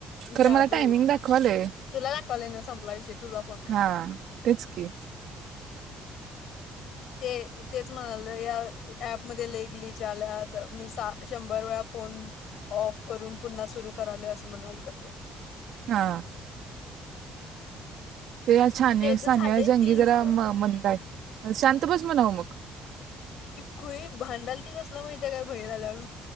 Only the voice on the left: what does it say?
जादू
तुला दाखवालय नव संपला विषयी तुझा फोन आहे.
ते तेच म्हणाल या ऍप मध्ये लेख लिच्य आल्यात मी शंभर वेळा फोन ऑफ करून पुन्हा सुरू करालोय असं म्हणालता तो.
तेज
झालंय
तीस
ती खुळी भांडालती कसलं माहितीे काय बाहेर आल्याव.